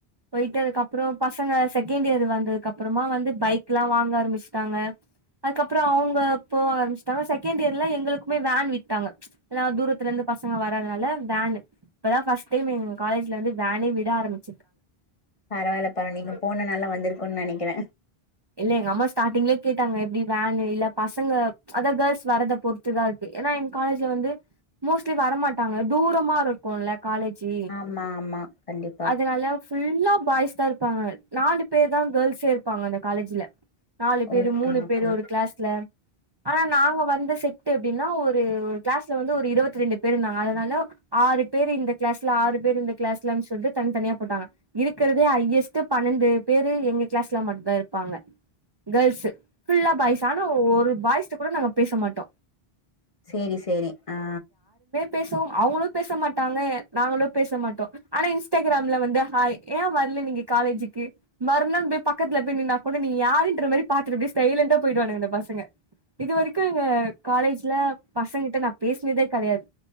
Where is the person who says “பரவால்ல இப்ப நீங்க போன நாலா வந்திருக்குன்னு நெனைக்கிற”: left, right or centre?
Left